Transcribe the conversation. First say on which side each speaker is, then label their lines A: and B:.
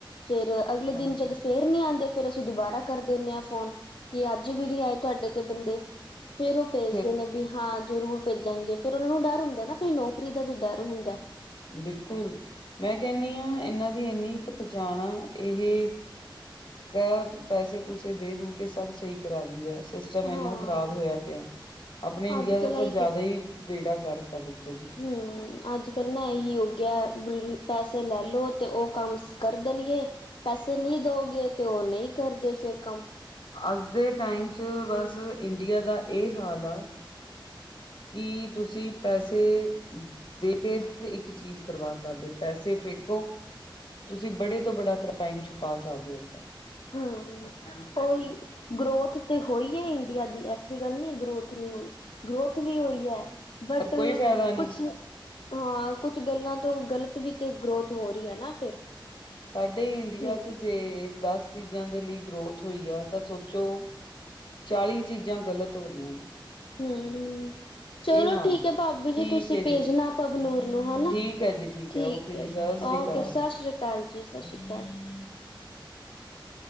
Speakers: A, on the left (about 85°); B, on the left (about 65°).
A: ਫਿਰ ਅਗਲੇ
B: ਹਾਂਜੀ
A: ਦਿਨ ਜਦ ਫੇਰ ਨੀ ਆਦੇ ਫੇਰ ਅਸੀਂ ਦੋਬਾਰਾ ਕਰ ਦਿੰਣੇ ਆ ਫ਼ੋਨ ਕਿ ਅੱਜ ਵੀ ਨੀ ਆਏ ਤੁਆਡੇ ਤੇ ਬੰਦੇ। ਫੇਰ ਉਹ ਪੇਜਦੇ
B: ਫੇਰ
A: ਨੇ ਵੀ ਹਾਂ ਜ਼ਰੂਰ ਪੇਜਾਂਗੇ ਫਿਰ ਓਨਾ ਨੂੰ ਡਰ ਹੁੰਦਾ ਨਾ ਆਪਣੀ ਨੌਕਰੀ ਦਾ ਵੀ ਡਰ ਹੁੰਦਾ।
B: ਬਿਲਕੁਲ ਮੈਂ ਕੈਣੀ ਆ ਏਨਾਂ ਦੀ ਇੰਨੀ ਕੁ ਪਚਾਨ ਆ ਏਹ ਘ ਪੈਸੇ-ਪੂਸੇ ਦੇ ਦੂ ਕੇ ਸਭ ਸਹੀ ਕਰਾ ਦਿੰਦੇ ਆ। ਸਿਸਟਮ
A: ਹਾਂ
B: ਏਨਾ ਖ਼ਰਾਬ ਹੋਇਆ ਪਯਾ। ਆਪਣੇ ਇੰਡੀਆ
A: ਅੱਜ ਕੱਲ
B: ਦਾ ਤਾਂ
A: ਇਹੀ
B: ਜ਼ਿਆਦਾ ਈ ਬੇੜਾ ਗਰਕ ਐ ਦੇਖੋ ਜੀ।
A: ਹੂੰ। ਅੱਜ ਕੱਲ੍ਹ ਨਾ ਇਹੀ ਯੋਗਿਆ ਪੈਸੇ ਲੈ ਲੋ ਤੇ ਉਹ ਕੰਮ ਕਰ ਦੇਣਗੇ ਪੈਸੇ ਨਹੀਂ ਦਓਗੇ ਤੇ ਉਹ ਨਹੀਂ ਕਰਦੇ ਫੇਰ ਕੰਮ।
B: ਅੱਜ ਦੇ ਟਾਈਮ 'ਚ ਬਸ ਇੰਡੀਆ ਦਾ ਇਹ ਹਾਲ ਆ ਕੀ ਤੁਸੀਂ ਪੈਸੇ ਦੇ ਹਰ ਇੱਕ ਚੀਜ਼ ਕਰਵਾ ਸਕਦੇ ਹੋ ਪੈਸੇ ਫੇਕੋ ਤੁਸੀਂ ਬੜੇ ਤੋਂ ਬੜਾ ਕ੍ਰਾਈਮ ਛੁਪਾ ਸਕਦੇ ਓ ਏਦਾਂ।
A: ਹੂੰ ਓਈ। ਗਰੋਥ ਤੇ ਹੋਈ ਐ ਇੰਡੀਆ ਦੀ ਐਸੀ ਗੱਲ ਨਈ ਗਰੋਥ ਨਈ ਹੋਈ ਗਰੋਥ ਵੀ ਹੋਈ ਐ। ਬਟ
B: ਪਰ ਕੋਈ ਫਾਇਦਾ
A: ਕੁਛ
B: ਨਹੀਂ
A: ਹਾਂ ਕੁਛ ਗੱਲਾਂ ਤੋਂ ਗ਼ਲਤ ਵੀ ਤੇ ਗਰੋਥ ਹੋ ਰਈ ਐ। ਨਾ ਫਿਰ
B: ਸਾਡੇ ਇੰਡੀਆ
A: ਹਮ
B: ਚ ਜੇ ਦੱਸ। ਚੀਜ਼ਾਂ ਦੇ ਲਈ ਗਰੋਥ ਹੋਈ ਆ ਤਾਂ ਸੋਚੋ, ਚਾਲੀ ਚੀਜ਼ਾਂ ਗਲਤ ਹੋ ਰਈਆਂ ਨੇ।
A: ਹੂੰ-ਹੂੰ। ਚਲੋ
B: ਇਹ ਹਾਲ
A: ਠੀਕ
B: ਆ
A: ਐ ਭਾਬੀ
B: ਠੀਕ
A: ਜੀ ਤੁਸੀਂ
B: ਹੈ ਜੀ
A: ਭੇਜਣਾ ਭਵਨੂਰ ਨੂੰ ਹੈਨਾ
B: ਠੀਕ ਹੈ ਜੀ
A: ਠੀਕ।
B: ਹੈ ਓਕੇ ਜੀ ਸਤਿ
A: ਓਕੇ,
B: ਸ੍ਰੀ ਅਕਾਲ
A: ਸਤਿ ਸ੍ਰੀ ਅਕਾਲ ਜੀ, ਸਤਿ ਸ਼੍ਰੀ ਅਕਾਲ।